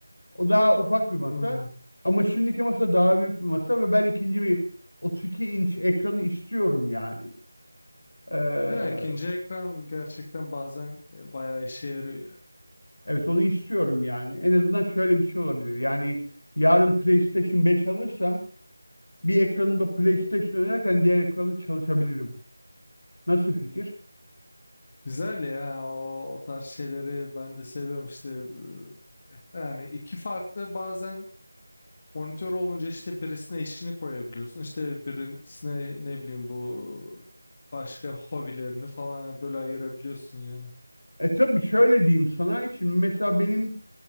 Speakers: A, on the left (about 80°); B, on the left (about 30°).
A: O daha ufak bir masa.
B: Hmm.
A: Ama şimdiki masa daha büyük bir masa ve ben ikinci bir 32 inç ekranı istiyorum yani. Ee,
B: Ya ikinci ekran gerçekten bazen e, bayağı işe yarıyor yani.
A: evet onu istiyorum yani. En azından şöyle bir şey olabilir. Yani yarın PlayStation 5 alırsam bir ekranımda PlayStation oynarken diğer ekranı çalışabilirim. Nasıl fikir?
B: Güzel ya o, o tarz şeyleri ben de seviyorum işte. e, Yani iki farklı bazen monitör olunca işte birisine işini koyabiliyorsun. İşte birisine ne bileyim bu başka hobilerini falan böyle ayırabiliyorsun yani.
A: E tabii şöyle diyeyim sana. Şimdi mesela benim